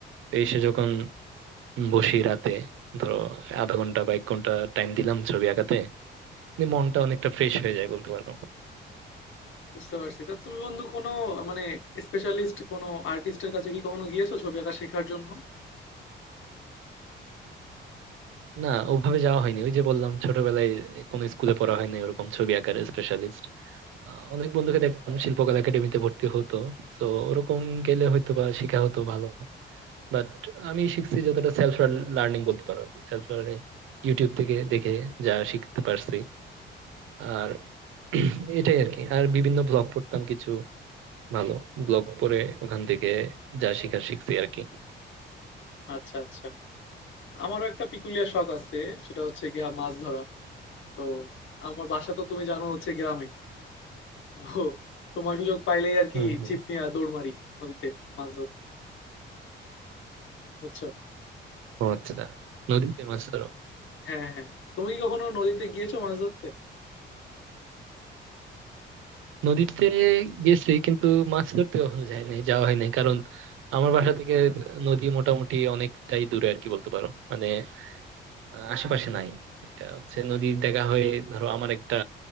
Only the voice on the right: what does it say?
তো এসে যখন বসি রাতে ধরো আধা ঘন্টা বা এক ঘন্টা টাইম দিলাম ছবি আঁকাতে নিয়ে মনটা অনেকটা ফ্রেশ হয়ে যায় বলতে পারো
না ওভাবে যাওয়া হয়নি ওই যে বললাম ছোটবেলায় কোনো স্কুলে পড়া হয়নি ওরকম ছবি আঁকার
স্পেশালিস্ট অনেক বন্ধুকে দেখতাম শিল্পকলা একাডেমিতে ভর্তি হতো তো ওরকম গেলে হয়তো বা শেখা হতো ভালো বাট আমি শিখছি যতটা সেলফ লার্নিং বলতে পারো সেলফ লার্নিং ইউটিউব থেকে দেখে যা শিখতে পারছি আর <clears throat> এটাই আর কি আর বিভিন্ন ব্লগ পড়তাম কিছু ভালো ব্লগ পড়ে ওখান থেকে যা শিখার শিখছি আর কি
হম হম
ও আচ্ছা নদীতে মাছ ধরো
নদীতে গেছি কিন্তু মাছ ধরতে কখনো যাই নাই যাওয়া হয় নাই কারণ আমার বাসা থেকে নদী মোটামুটি অনেকটাই দূরে আর কি বলতে পারো মানে আহ, আশেপাশে নাই এটা হচ্ছে নদী দেখা হয়ে ধরো আমার একটা